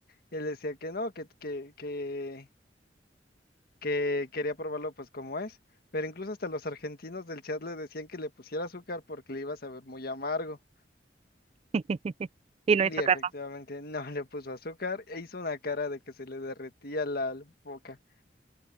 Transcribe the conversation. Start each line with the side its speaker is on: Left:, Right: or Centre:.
Left: Él decía que no, que, que, que, que quería probarlo pues como es. Pero incluso hasta los argentinos del chat le decían que le pusiera azúcar porque le iba a saber muy amargo.
Right: <laughs> y no
Left: Y
Right: hizo caso.
Left: efectivamente <laughs> no le puso azúcar e hizo una cara de que se le derretía la boca.